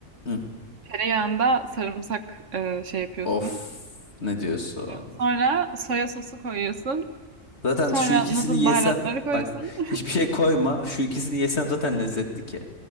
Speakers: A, on the left; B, on the right.
A: Hı.
B: Tereyağında sarımsak e, şey yapıyorsun.
A: Of ne diyorsun?
B: Sonra soya sosu koyuyorsun.
A: Zaten
B: Sonra
A: şu ikisini
B: noodle
A: yesem
B: baharatları koyuyorsun.
A: bak hiçbir şey koyma. Şu ikisini yesem zaten lezzetli ki.